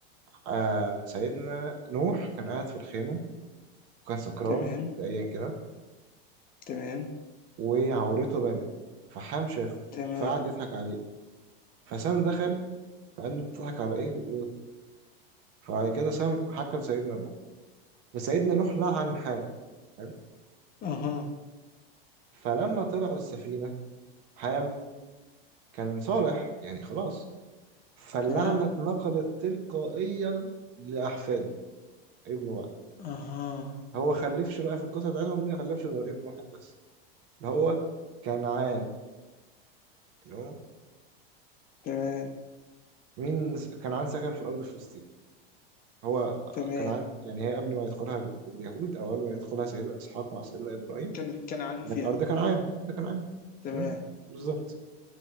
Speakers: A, on the right; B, on the left.
A: آه سيدنا نوح كان قاعد في الخيمة وكان سكران
B: تمام
A: مبدئيا كده
B: تمام
A: وعورته بانت فحام شافه
B: تمام
A: فقعد يضحك عليه فسام دخل فقال له بتضحك على ايه فبعد كده سام حكى لسيدنا نوح فسيدنا نوح لعن حام حلو؟
B: اها
A: فلما طلعوا السفينة حام كان صالح يعني خلاص فاللعنة
B: تمام
A: اتنقلت تلقائيا لأحفاده ابنه بقى
B: اها
A: هو خلفش بقى في القصة بتاعتهم مين خلفش غير ابن واحد بس اللي هو كنعان اللي هو
B: تمام
A: مين س- كنعان سكن في أرض فلسطين هو
B: تمام
A: كنعان يعني هي قبل ما يدخلها اليهود أو قبل ما يدخلها سيدنا إسحاق مع سيدنا إبراهيم
B: كان كان عن
A: كانت
B: فيها
A: أرض كنعان أرض كنعان
B: تمام
A: مم، بالظبط